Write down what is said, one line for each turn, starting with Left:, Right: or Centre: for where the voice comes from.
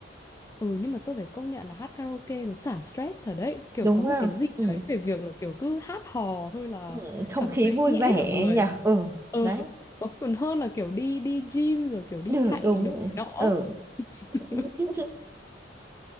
Left: ừ nhưng mà tôi phải công nhận là hát karaoke nó xả stress thật đấy kiểu
Right: đúng
Left: có một
Right: không
Left: cái gì
Right: ừ.
Left: đấy về việc là kiểu cứ hát hò thôi là
Right: ừ, không
Left: cảm
Right: khí
Left: thấy
Right: vui
Left: nhẹ
Right: vẻ
Left: hết cả người
Right: nhỉ ừ
Left: ừ
Right: đấy
Left: có còn hơn là kiểu đi đi gym rồi kiểu đi
Right: được
Left: chạy
Right: đúng
Left: đồ
Right: rồi.
Left: này nọ á.
Right: ừ <laughs>
Left: <laughs>